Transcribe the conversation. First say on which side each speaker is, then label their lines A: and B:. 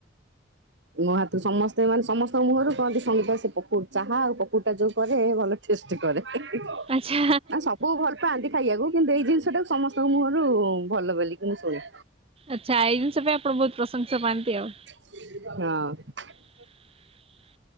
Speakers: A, on the right; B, on the right.
A: ମହାତୁରୁ ସମସ୍ତେ ମାନେ ସମସ୍ତଙ୍କ ମୁହଁରୁ କହନ୍ତି ସନ୍ତୋଷୀ ପକୁଡି ଚାହା ଆଉ ପକୁଡି ଟା ଯୋଉ କରେ ଭଲ ଟେଷ୍ଟି କରେ ନା
B: ଆଚ୍ଛା
A: ସବୁ ଭଲ ପାଆନ୍ତି ଖାଇବାକୁ କିନ୍ତୁ ଏଇ ଜିନିଷଟ ଟାକୁ ସମସ୍ତଙ୍କ ମୁଁହରୁ ଭଲ ବୋଲି କିନ୍ତୁ ଶୁଣେ।
B: ଆଚ୍ଛା ଏଇ ଜିନିଷ ପାଇଁ ଆପଣ ବହୁତ ପ୍ରଶଂସା ପାଆନ୍ତି
A: ହଁ।
B: ଆଉ। <inaudible>